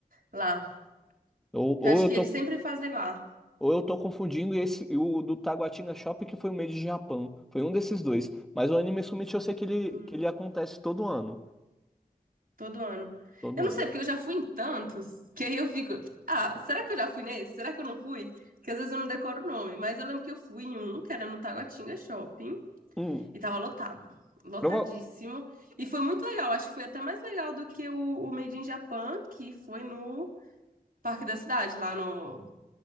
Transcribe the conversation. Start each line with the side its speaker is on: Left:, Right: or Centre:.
Right: lá.
Centre: Ou, ou
Right: Eu acho
Centre: eu
Right: que
Centre: tô
Right: eles sempre fazem lá,
Centre: Ou eu tô confundindo esse e o do Taguatinga Shopping, que foi o Made de Japão. Foi um desses dois. Mas o Anime Summit eu sei que ele,
Right: Hum,
Centre: que ele acontece todo ano.
Right: todo ano.
Centre: Todo
Right: Eu não
Centre: ano.
Right: sei, porque eu já fui em tantos, que aí eu fico, ah, será que eu já fui nesse? Será que eu não fui? Que às vezes eu não decoro o nome, mas eu lembro que eu fui em um, que era no Taguatinga Shopping.
Centre: Hum,
Right: E tava lotado, lotadíssimo.
Centre: prova...
Right: E foi muito legal, acho que foi até mais legal do que o, o Made in Japan, que foi no Parque da Cidade, lá no